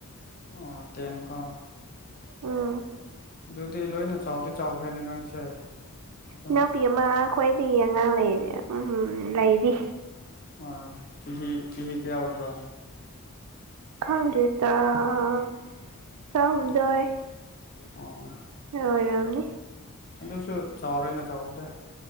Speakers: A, on the left; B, on the right.
A: ꯑꯣ ꯇꯦꯟ ꯀꯥꯕ
B: ꯎꯝ
A: ꯑꯗꯨꯗꯤ ꯂꯣꯏꯅ ꯆꯥꯎꯗꯤ ꯆꯥꯎꯈ꯭ꯔꯦꯅꯦ ꯅꯣꯏꯁꯦ꯫ ꯑꯗꯨꯝ
B: ꯏꯅꯥꯎꯄꯤ ꯑꯃ ꯈ꯭ꯋꯥꯏꯗꯒꯤ ꯑꯉꯥꯡ ꯂꯩ ꯎꯝꯝ ꯂꯩꯔꯤ꯫
A: ꯑ ꯆꯍꯤ ꯆꯍꯤ ꯀꯌꯥ ꯑꯣꯏꯕ꯭ꯔꯣ꯫
B: ꯈꯪꯗꯦꯇ ꯇꯔꯥ ꯇꯔꯥꯍꯨꯝꯗꯣꯏ
A: ꯑꯣ꯫
B: ꯂꯣꯢꯔꯝꯃꯅꯤ꯫
A: ꯑꯗꯨꯁꯨ ꯆꯥꯎꯔꯦꯅ ꯆꯥꯎꯕꯗꯤ